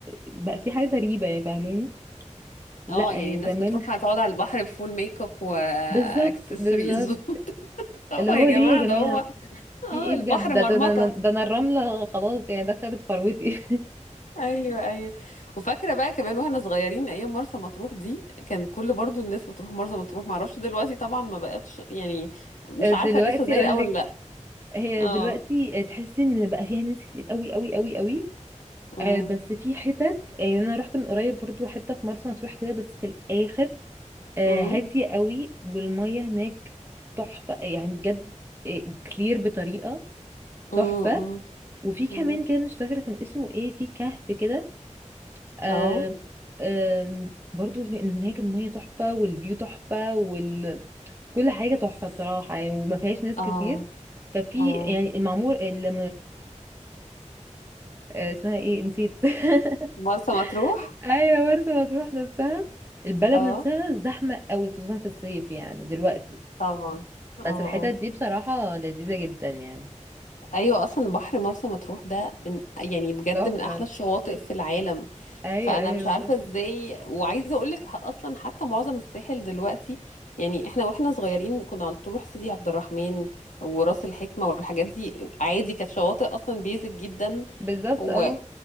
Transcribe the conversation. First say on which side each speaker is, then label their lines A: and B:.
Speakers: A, on the right; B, on the left.
A: بقى في حاجه غريبه يعني فاهماني لا
B: اه
A: يعني
B: يعني الناس
A: زمان
B: بتروح هتقعد على البحر بفول ميك اب واكسسوارز
A: بالظبط بالظبط
B: <laughs> اه
A: اللي هو
B: يا جماعة
A: ليه يا
B: ده
A: جماعه
B: هو اه
A: في ايه
B: البحر
A: بجد ده
B: مرمطة
A: ده, ده, ده انا الرمله خلاص يعني دخلت فروتي
B: ايوه ايوه وفاكره بقى كمان واحنا صغيرين ايام مرسى مطروح دي كان كل برضو الناس بتروح مرسى مطروح معرفش دلوقتي طبعا ما بقتش يعني مش
A: <laughs> دلوقتي
B: عارفه لسه زي
A: اقول
B: الاول
A: لك
B: لا
A: هي
B: اه
A: دلوقتي تحسي ان بقى فيها ناس كتير قوي قوي قوي قوي
B: امم
A: آه بس في حتت يعني انا رحت من قريب برضو حته في مرسى مطروح كده بس في الاخر آه
B: امم
A: هاديه قوي والميه هناك تحفه يعني بجد آه كلير بطريقه
B: امم
A: تحفه وفي كمان
B: امم
A: كده مش فاكره كان اسمه ايه في كهف كده آه
B: اه
A: آه برضو في هناك الميه تحفه والفيو تحفه وال... كل حاجه تحفه بصراحه يعني وما فيهاش ناس
B: اه
A: كتير ففي
B: اه
A: يعني المعمور اللي اسمها ايه نسيت <laughs>
B: مرسى مطروح
A: ايوه مرسى مطروح نفسها البلد
B: اه
A: نفسها زحمة قوي خصوصا في الصيف يعني دلوقتي
B: طبعا
A: بس
B: اه
A: الحتت
B: اه
A: دي بصراحة لذيذة جدا يعني
B: ايوه اصلا بحر مرسى مطروح ده من يعني بجد
A: تحفة
B: من احلى الشواطئ في العالم
A: ايوه
B: فانا
A: ايوه
B: مش عارفه
A: بالظبط
B: ازاي وعايزه اقول لك اصلا حتى معظم الساحل دلوقتي يعني احنا واحنا صغيرين كنا على طول نروح سيدي عبد الرحمن وراس الحكمه والحاجات دي عادي كانت شواطئ اصلا بيزك جدا
A: بالظبط
B: و...
A: اه